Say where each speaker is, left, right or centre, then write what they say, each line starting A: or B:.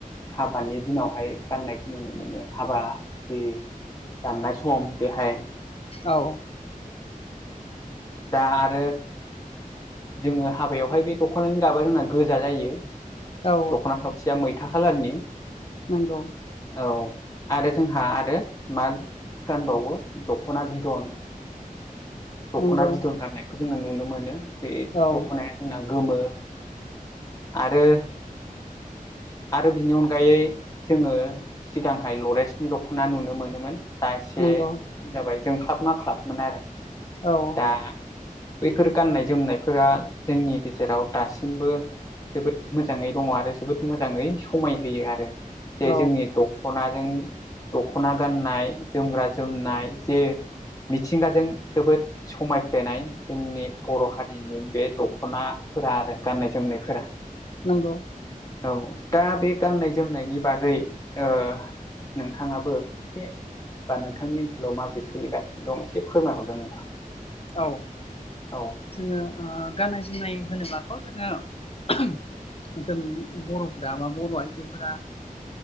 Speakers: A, on the left (about 25°); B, on the left (about 40°).
A: हाबानि दिनावहाय गाननायखौ नुनो मोनो हाबा जि दाननाय सम बेहाय
B: औ।
A: दा आरो जोङो हाबायावहाय बे दख'नानि गाबा जोंना गोजा जायो
B: औ
A: दख'ना थावसेया मैथा खालारनि
B: नंगौ।
A: औ आरो जोंहा आरो मा गानबावो दख'ना बिदन दख'ना
B: नंगौ
A: बिदन गाननायखौ जोङो नुनो मोनो बे
B: औ
A: दख'नाया जोंना गोमो आरो आरो बिनि अनगायै जोङो सिगांहाय लरेन्सनि दख'ना नुनो मोनोमोन दा एसे
B: नंगौ
A: खम जाबाय जों ख्लाब मा ख्लाबमोन आरो
B: औ।
A: दा बैफोर गाननाय जोमनायफोरा जोंनि गेजेराव दासिमबो जोबोद मोजाङै दङ आरो जोबोद मोजाङै समाय होोयो आरो जे
B: औ
A: जोंनि दखनाजों दख'ना गाननाय जोमग्रा जोमनाय जे मिथिंगाजों जोबोद समायफ्लेनाय जोंनि बर' हारिनि बे दख'नाफोरा आरो गाननाय जोमनायफोरा
B: नोंगौ
A: औ दा बे गाननाय जोमनायनि बागै ओ नोंथाङाबो एसे बा नोंथांनि ओनसोलाव माबोरै सोलिगासिनो दं एसे फोरमायहरदों नोंथां।
B: औ
A: औ
B: जोङो ओ गाननाय जोमनाय होनोबाथ' जोङो जों बर'फोरा बा बर' आइजोफोरा